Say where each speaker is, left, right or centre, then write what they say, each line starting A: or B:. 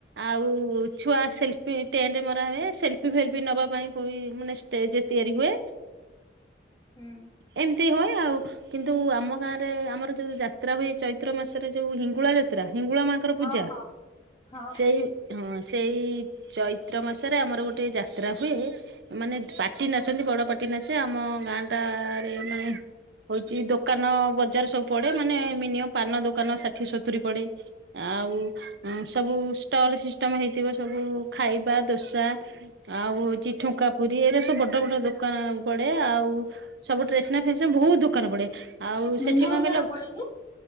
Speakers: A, on the right; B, on the left.
A: ଆଉ ଛୁଆ ସେଲଫି ଟେଣ୍ଟ ମରା ହୁଏ ସେଲଫି- ଫେଲଫି ନବା ପାଇଁ ମାନେ ସ୍ଟେଜ୍ ତିଆରି ହୁଏ।
B: ହୁଁ।
A: ଏମିତି ହଏ ଆଉ। କିନ୍ତୁ ଆମ ଗାଁ ରେ ଆମର ଯୋଉ ଯାତ୍ରା ହୁଏ ଚୈତ୍ର ମାସରେ ଯୋଉ ହିଙ୍ଗୁଳା ଯାତ୍ରା, ହିଙ୍ଗୁଳା ମା ଙ୍କର
B: ହଉ
A: ପୂଜା,
B: ହଉ ହଉ
A: ସେଇ ହଁ ସେଇ ଚୈତ୍ର ମାସରେ ଆମର ଗୋଟେ ଯାତ୍ରା ହୁଏ ମାନେ ପାାର୍ଟି ନାଚନ୍ତି ବଡ ପାଟି ନାଚେ। ଆମ ଗାଁ ଟାରେ ମାନେ ହଉଛି ଦୋକାନ ବଜାର ସବୁ ପଡେ ମାନେ ମିନିମମ ପାନ ଦୋକାନ ଷାଠିଏ ସତୁରିୀ ପଡେ ଆଉ ଏଁ ସବୁ ଷ୍ଟଲ ସିଷ୍ଟମ ହେଇଥିବ ସବୁ ଖାଇବା ଦୋସା ଆଉ ହଉଛି ଠୁଙ୍କା ପୁରୀ ଏରା ସ ସବୁ ବଡ ବଡ ଦୋକାନ ପଡେ। ଆଉ ସବୁ ଟ୍ରେସନାରି - ଫ୍ରେସନାରି ବହୁତ ଦୋକାନ ପଡେ। ଆଉ
B: ମୀନା
A: ସେଠି
B: ବଜାର
A: କଣ କହିଲ
B: ପଡେ କି